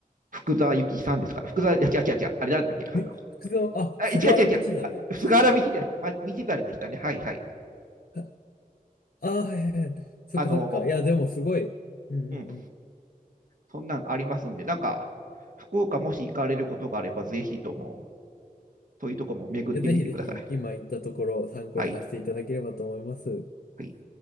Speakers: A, on the right; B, on the left.
A: 福沢諭吉さんですか。福沢、いや、違う違う違う、あれ誰だっけな、
B: え、
A: あの、
B: 福沢、
A: あ、
B: あ、菅原道真ですか
A: 違う違う違う、あ菅原道真、ま道真でしたね。はいはい。
B: あ <laughs> あー、はいはいはい。そっかそっか。
A: あの、
B: いや、でもすごい。うんうんうん。
A: うん、そんなんありますんで、なんか、福岡もし行かれることがあれば、ぜひとも、そういうとこも巡ってみてください。
B: いや、ぜひぜひ、今言ったところを参考にさせていただければと思います。
A: はい。はい。